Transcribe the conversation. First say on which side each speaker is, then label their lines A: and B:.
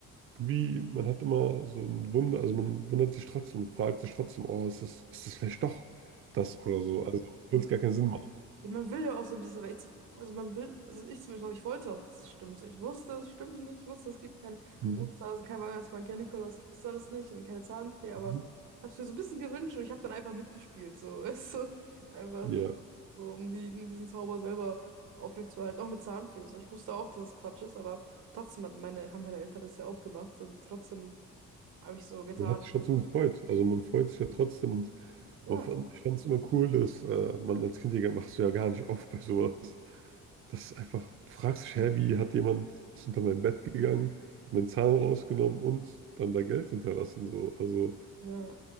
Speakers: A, on the right; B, on the right.
A: irgendwie, man hat immer so ein Wunder, also man wundert sich trotzdem, und fragt sich trotzdem, oh, ist das, ist das vielleicht doch das oder so? Also, obwohl
B: Ja.
A: es gar keinen Sinn macht.
B: Ja, man will ja auch so ein bisschen, weil ich, zu- also man will, also ich zum Beispiel ich wollte auch, dass es stimmt. So, ich wusste, es stimmt nicht, ich wusste, es gibt keinen
A: Mhm.
B: Osterhasen, kein Weihnachtsmann, kein Nikolaus, gibt es alles nicht und keine Zahnfee, aber
A: Mhm.
B: ich habe es mir so ein bisschen gewünscht und ich habe dann einfach mitgespielt, so, <laughs> weißt du, einfach
A: Ja.
B: so, um die, um diesen Zauber selber aufrechtzuerhalten, auch mit Zahnfee. So, ich wusste auch, dass es Quatsch ist, aber trotzdem hat meine, haben meine Eltern das ja auch gemacht und trotzdem habe ich so getan.
A: Man hat sich trotzdem gefreut. Also man freut sich ja trotzdem und
B: Ja,
A: man fand, ich fand es immer cool, dass äh, man als Kind ja, machst du ja gar nicht oft bei sowas. dass einfach, du fragst dich, hä, wie hat jemand, ist unter mein Bett gegangen, hat meinen Zahn rausgenommen und dann da Geld hinterlassen. So. Also
B: ja.